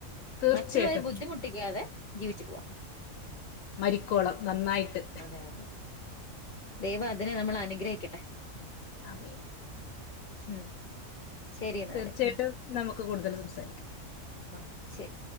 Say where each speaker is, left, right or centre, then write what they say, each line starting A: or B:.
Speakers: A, on the left (about 80°); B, on the left (about 45°).
A: തീർച്ചയായിട്ടും
B: മറ്റുള്ളവരെ ബുദ്ധിമുട്ടിക്കാതെ ജീവിച്ചു പോവാ.
A: മരിക്കോളം നന്നായിട്ട്
B: അതെ അതെ അതെ. ദൈവം അതിന് നമ്മളെ അനുഗ്രഹിക്കട്ടെ.
A: ആമീൻ.
B: ഉം ശരി എന്നാല്
A: തീർച്ചയായിട്ടും
B: ഉം
A: നമുക്ക് കൂടുതൽ സംസാരിക്കാ.
B: ആഹ് ശരി.